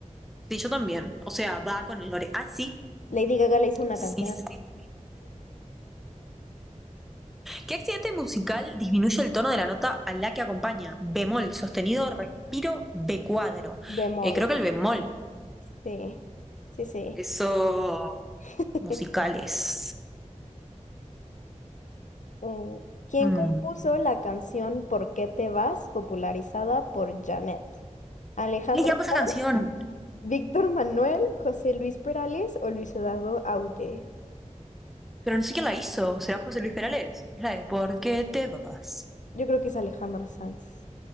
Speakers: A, in the centre; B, on the left.
A: sí, yo también. O sea, va con el lore. Ah, sí.
B: Lady Gaga le hizo una
A: Sí,
B: canción
A: sí. ¿Qué accidente musical disminuye el tono de la nota a la que acompaña? Bemol, sostenido, respiro, B cuadro.
B: bemol.
A: Eh, creo que el bemol.
B: Sí, sí, sí.
A: Eso.
B: <laughs>
A: Musicales.
B: Eh, ¿quién
A: Mm.
B: compuso la canción ¿Por qué te vas? popularizada por Janet? ¿Alejandro
A: Le llamo esa
B: Sanz,
A: canción.
B: Víctor Manuel, José Luis Perales o Luis Eduardo Aute?
A: Pero no sé quién la hizo, será José Luis Perales. Es la de ¿Por qué te vas?
B: Yo creo que es Alejandro Sanz.